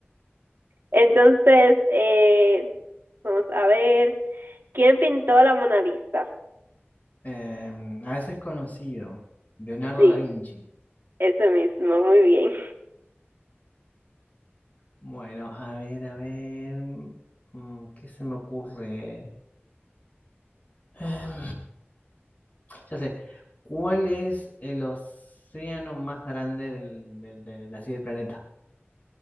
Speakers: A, on the right; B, on the left.
A: Entonces, eh, vamos a ver. ¿Quién pintó la Mona Lisa?
B: Em, a veces conocido, Leonardo
A: Sí,
B: da Vinci.
A: ese mismo, muy bien.
B: Bueno, a ver, a ver, mm, ¿qué se me ocurre? Em, ya sé, ¿cuál es el océano más grande del, del, del- así del planeta?